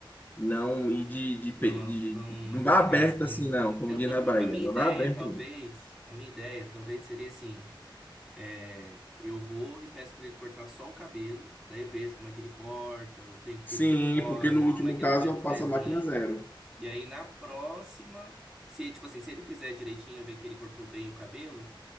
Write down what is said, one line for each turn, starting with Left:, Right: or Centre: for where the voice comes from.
Left: não ir de, de, pe-
Centre: não,
Left: de-
Centre: não
Left: não
Centre: arriscar
Left: vá aberto
Centre: assim,
Left: assim
Centre: né?
Left: não, como
Centre: Eu,
Left: diz
Centre: eu-
Left: na Bahia,
Centre: a minha
Left: não
Centre: ideia,
Left: vá aberto.
Centre: talvez,
Left: não.
Centre: a minha ideia, talvez seria assim, é, eu vou e peço para ele cortar só o cabelo, daí eu vejo como é que ele corta, o tempo que
Left: Sim,
Centre: ele demora,
Left: porque no último
Centre: como é que ele
Left: caso
Centre: faz o pezinho.
Left: passa a máquina zero.
Centre: E aí na próxima, se tipo assim, se ele fizer direitinho, eu ver que ele cortou bem o cabelo,